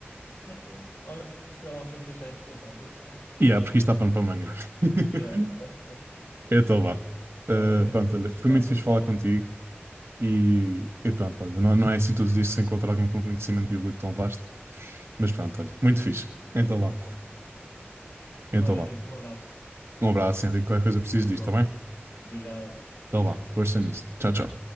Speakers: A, on the left; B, on the right.
A: Mas pronto. Olha, se calhar vamos ter que deixar isto para outra altura. <laughs>
B: E yeah, porque isto dá pano para manga. <laughs>
A: Yeah. <laughs>
B: Então vá.
A: Está
B: Ah,
A: bem, amigo.
B: pronto, olha, foi
A: Nós
B: muito
A: depois
B: fixe
A: falamos
B: falar contigo
A: melhor.
B: e, e pronto, olha, não, não é assim todos os dias que se encontra alguém com conhecimento bíblico tão vasto, mas pronto, olha, muito fixe. Então
A: É sempre
B: vá.
A: bom falarmos.
B: Então
A: Olha,
B: vá.
A: amigo, um abraço.
B: Um abraço, Henrique. Qualquer coisa preciso
A: Tudo
B: disto,
A: bom.
B: tá bem?
A: Obrigado,
B: Então
A: obrigado.
B: vá, força nisso. Tchau,
A: Tchau.
B: tchau.